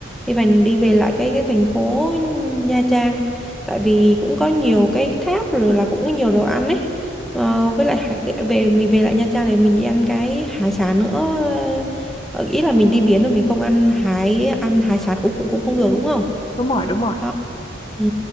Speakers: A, in the centre; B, on the left.
A: Đi về đi về lại cái cái thành phố Nha Trang. Tại vì cũng có nhiều cái tháp rồi là cũng có nhiều đồ ăn ấy. Ờ, với lại hải- về mình về lại Nha Trang để mình đi ăn cái hải sản nữa. Ờ, Ý là mình đi biển rồi mình không ăn hải ăn hải sản cũng cũng cũng không được đúng không?
B: Đúng rồi, đúng rồi.
A: Đó. Ừ.